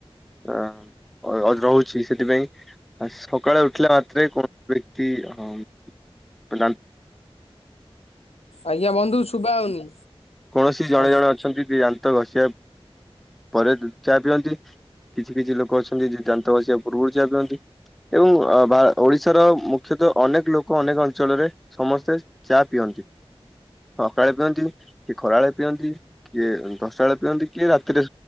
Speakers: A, in the centre; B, on the left.
A: ଅ ରହୁଛି ସେ। ସେଥିପାଇଁ ଆ ସକାଳେ ଉଠିଲା ମାତ୍ରେ କୌଣସି ବ୍ୟକ୍ତି <inaudible>
B: ଆଜ୍ଞା ବନ୍ଧୁ ଶୁବା ହଉନି
A: କୌଣସି ଜଣେ
B: ଆଜ୍ଞା।
A: ଜଣେ ଅଛନ୍ତି ଦାନ୍ତ ଘଷିବା ପରେ ଚାହା ପିଅନ୍ତି କିଛି କିଛି ଲୋକ ଅଛନ୍ତି ଯେ ଦାନ୍ତ ଘସିବା ପୂର୍ବରୁ ଚାହା ପିଅନ୍ତି। ଏବଂ ବା ଓଡିଶାର ମୁ ଖ୍ୟତଃ ଅନେକ ଲୋକ ଅନେକ ଅଞ୍ଚଳରେ ସମସ୍ତେ ଚା ପିଅନ୍ତି। ସକାଳେ ପିଅନ୍ତି, କିଏ ଖରାବେଳେ ପିଅନ୍ତି, କିଏ ଦଶଟା ବେଳେ ପିଅନ୍ତି, କିଏ ରାତିରେ